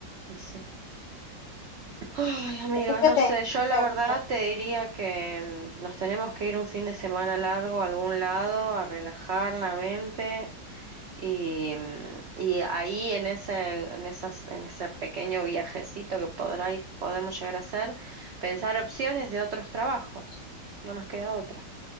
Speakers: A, on the right; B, on the left.
A: y sí. Ay, amiga,
B: Así que
A: no
B: te
A: sé, yo
B: entiendo,
A: la verdad te diría que mm, nos tenemos que ir un fin de semana largo a algún lado a relajar la mente y, mm, y ahí en ese, en esas, en ese pequeño viajecito que podrá y podemos llegar a hacer, pensar opciones de otros trabajos. No nos queda otra.